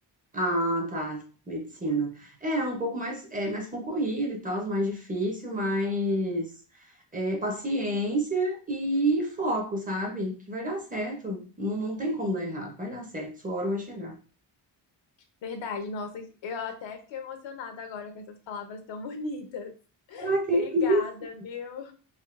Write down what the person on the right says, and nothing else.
Ah, tá. Medicina. É é um pouco mais, é, mais concorrido e tal, mais difícil, mas é, paciência e foco, sabe? Que vai dar certo. Não, não tem como dar errado. Vai dar certo. Sua hora vai chegar.
Ah, que
isso?